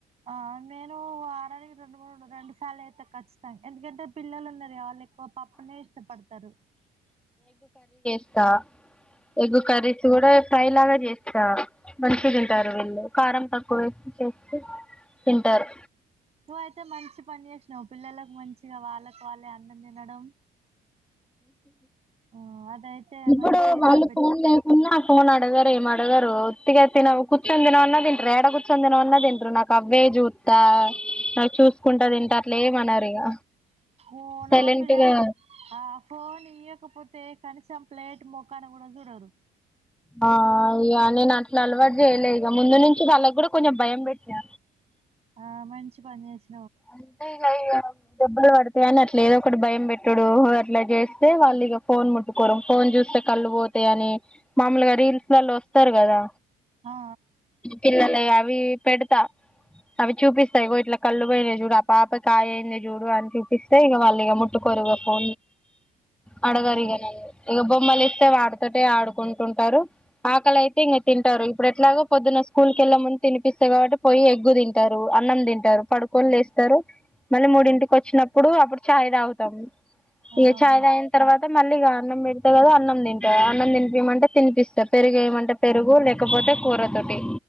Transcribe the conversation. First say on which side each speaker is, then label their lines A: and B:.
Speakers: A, on the right (about 40°); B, in the centre.
A: ఆ నేను వారానికి రెండు మూడు రెండు సార్లు అయితే ఖచ్చితం ఎందుకంటే పిల్లలు ఉన్నది వాళ్ళ ఒక పప్పునే ఇష్టపడతరు
B: స్త ఎగ్ కర్రీస్ కూడా ఫ్రై లాగా చేస్ ఇగ మంచిగ తింటారు వీళ్ళు కారం తక్కువ వేసి చేస్తే తింటారు
A: నువ్వు అయితే మంచి పనిచేసినవ్ పిల్లలకు మంచిగా వాళ్ళకు వాళ్ళే అన్నం తినడం ఆ అదైతే
B: ఇప్పుడు
A: మంచి
B: వాళ్ళు
A: హ్యాబిట్
B: ఫోన్ లేకున్నా ఫోను అడగరు ఏం అడగరు ఒత్తిగా తిన కూర్చొని తినమన్నా తింటరు ఏడ కూర్చొని తినమన్నా తింటరు నాకు అవ్వే చూతా చూసుకుంటా తింట అట్లే ఏమనరు ఇక
A: ఓ
B: సైలెంట్గా
A: నా పిల్లలు ఆ ఫోన్ ఇయ్యకపోతే కనీసం ప్లేట్ మోకాన కూడా చూడరు
B: ఆ ఇయ్య నేను అట్లా అలవాటు చేయలే ఇక ముందు నుంచి వాళ్ళకి కూడా కొంచెం భయం పెట్టిన
A: ఆ మంచి పని చేసి
B: అంటె ఇగ <unintelligible> దెబ్బలు పడతాయి అని అట్లా ఏదో ఒకటి భయం పెట్టడు అట్లా చేస్తే, వాళ్ళు ఇక ఫోన్ ముట్టుకోరు ఫోన్ చూస్తే కళ్ళు పోతా అని, మామూలుగా రీల్స్ లలో వస్తారు కదా
A: ఆ
B: పిల్లల అవి పెడతా అవి చూపిస్తాయి ఇగొ ఇట్లా కళ్ళు పోయిన చూడు అపాప కాయయింది చూడు అని చూపిస్తే ఇక మళ్ళీ ఇక ముట్టు కొరు ఇగపో హడగరిగా
A: ఆ ఆహా
B: న ఇ బొమ్మల ే వాడుతోటె ఆడుకుంటుంటారు, ఆకలి అయితే ఇంక తింటారు ఇప్పుడు ఎట్లాగా పొద్దున్న స్కూల్ కెళ్ళ ముందు తినిపిస్తా కాబట్టి పోయి ఎగ్గు తింటారు, అన్నం తింటారు పడుకోని లే వస్తారు మళ్ళీ మూడింటికి వచ్చినప్పుడు అప్పుడు చాయ్ తాగుతాం
A: ఆహా
B: ఏ చాయ్ తగిన తర్వాత మళ్ళీగా అన్నం పెడతే కదా అన్నం తింట, అన్నం తినిపియమంటే తినిపిస్తా, పెరుగు ఏయమంటే పెరుగు లేకపోతే కూర తోటి